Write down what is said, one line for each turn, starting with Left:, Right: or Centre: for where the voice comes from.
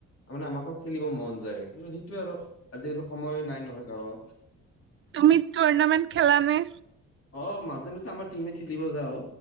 Left: মানে আমাকো খেলিব মন যায়। কিন্তু সেইটোয়ে আৰু আজিকালি সময় নাই নহয় কাৰোঁ।
Right: তুমি টুৰ্নামেণ্ট খেলা নে?
Left: অ', মাজে মাজে আমাৰ টিমে খেলিব যাওঁ।